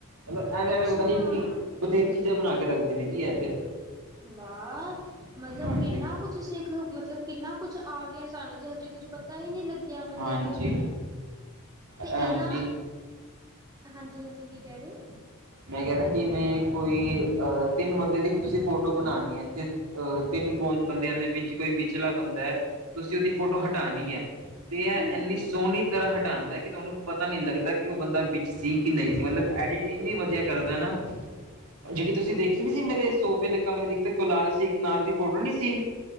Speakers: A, on the right; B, on the right.
A: ਮਤਲਬ ਐਵੇਂ
B: ਅੱਛਾ
A: ਐਵੇਂ ਪਤਾ ਨੀ ਕਿ, ਬਥੇਰੀ ਚੀਜ਼ਾਂ ਬਨਾ ਕੇ ਰੱਖਦੇ ਨੇ ਜੀ ਇਹ ਤੇ।
B: ਵਾ, ਮਤਲਬ
A: ਹਾਂਜੀ
B: ਕਿੰਨਾ ਕੁੱਛ ਸਿੱਖ, ਮਤਲਬ ਕਿੰਨਾ ਕੁੱਛ ਆ ਗਿਆ, ਸਾਨੂੰ ਤੇ ਹਜੇ ਕੁੱਛ ਪਤਾ ਪਤਾ ਹੀ ਨਹੀਂ ਲੱਗਿਆ ਮਤਲਬ,
A: ਹਾਂਜੀ
B: ਤੇ
A: ਹਾਂਜੀ
B: ਇਹਨਾਂ ਹਾਂਜੀ ਹਾਂਜੀ ਕੀ ਕਹਿ ਰਹੇ ਹੋ?
A: ਮੈਂ ਕਹਿ ਰਿਹਾ ਹੈ। ਜਿਵੇਂ ਕੋਈ ਅਹ ਤਿੰਨ ਬੰਦੇ ਦੀ ਤੁਸੀਂ ਫੋਟੋ ਬਣਾਉਣੀ ਹੈ ਤੇ। ਅਹ ਤਿੰਨ ਬੋ ਬੰਦਿਆਂ ਦੇ ਵਿੱਚ ਕੋਈ ਵਿਚਲਾ ਬੰਦਾ ਹੈ। ਤੁਸੀਂ ਉਹਦੀ ਫੋਟੋ ਹਟਾਣੀ ਹੈ। ਤੇ ਇਹ
B: ਹਮ
A: ਇੰਨੀ ਸੋਹਣੀ ਤਰ੍ਹਾਂ ਹਟਾਉਂਦਾ ਹੈ। ਕਿ ਤੁਹਾਨੂੰ ਪਤਾ ਨੀ ਲੱਗਦਾ। ਪਤਾ ਕਿ ਉਹ ਬੰਦਾ ਵਿੱਚ ਸੀ ਕਿ ਨਹੀਂ ਸੀ ਮਤਲਬ ਐਡਿਟ ਇੰਨੀ ਵਧੀਆ ਕਰਦਾ ਨਾ। ਜਿਹੜੀ ਤੁਸੀਂ ਦੇਖੀ
B: ਅੱਛਾ
A: ਨੀ ਸੀ ਮੇਰੇ ਸੋਫੇ ਦੇ ਕਮਰੇ ਦੀ ਕੋਲਾਸ਼ ਸੀ ਨਾਲ ਦੀ ਫੋਟੋ ਨੀ ਸੀ।